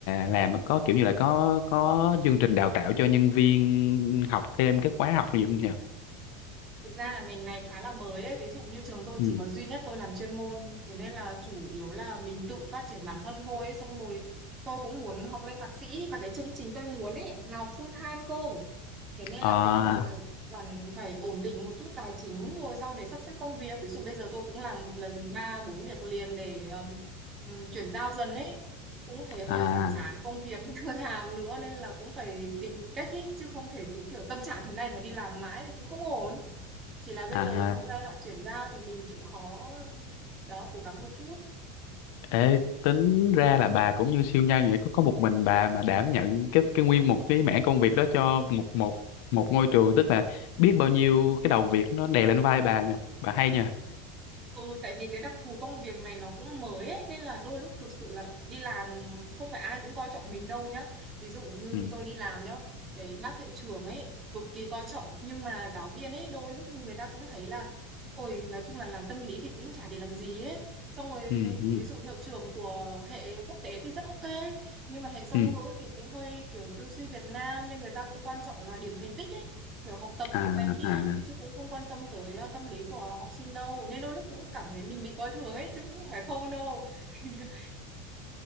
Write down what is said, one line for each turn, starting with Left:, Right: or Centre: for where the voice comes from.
Left: làm có kiểu như là có có chương trình đào tạo cho nhân viên học thêm các khóa học gì không nhỉ?
Right: Thực ra là ngành này khá là mới ấy. Ví dụ như trường tôi
Left: Ừ.
Right: chỉ có duy nhất tôi làm chuyên môn, thế nên là chủ yếu là mình tự phát triển bản thân thôi ấy. Xong rồi tôi cũng muốn học lên thạc sĩ mà cái chương trình tôi muốn ấy là học full time cô. Thế nên
Left: À,
Right: là cũng cần phải cần phải ổn định một chút tài chính rồi sau để sắp xếp công việc. Ví dụ bây giờ tôi cũng làm một lần ba bốn việc liền để ừm, ừm, chuyển giao dần ấy. Cũng thấy hơi
Left: à
Right: chán chán công việc <laughs> nên không làm nữa nên là cũng phải tìm cách ấy chứ không thể cứ kiểu tâm trạng thế này mà đi làm mãi thì cũng không ổn chỉ là bây
Left: à
Right: giờ trong giai đoạn chuyển giao thì mình chịu khó đó cố gắng một chút
Left: Ê, tính ra là bà cũng như siêu nhân vậy có có một mình bà mà đảm nhận cái cái nguyên một cái mảng công việc đó cho một một một ngôi trường tức là biết bao nhiêu cái đầu việc nó đè lên vai bà nha bà hay nha
Right: Ừ, tại vì cái đặc thù công việc này nó cũng mới ấy, nên là đôi lúc thực sự là đi làm không phải ai cũng coi trọng mình đâu nhá. Ví dụ như
Left: ừ
Right: tôi đi làm nhá, cái bác hiệu trưởng ấy cực kỳ coi trọng nhưng mà giáo viên ấy đôi lúc người ta cũng thấy là ôi nói chung là làm tâm lý thì cũng chả để làm gì ấy. Xong rồi
Left: ừ ừ
Right: ví dụ hiệu trưởng của hệ quốc tế thì rất ok nhưng mà hệ song
Left: ừ
Right: ngữ thì cũng hơi kiểu tư duy Việt Nam nên người ta cũng quan trọng là điểm thành tích ấy kiểu học tập
Left: à
Right: này kia
Left: à
Right: chứ cũng không quan tâm tới à, tâm lý của học sinh đâu nên đôi lúc cũng cảm thấy mình bị coi thường ấy chứ cũng không phải không đâu <laughs>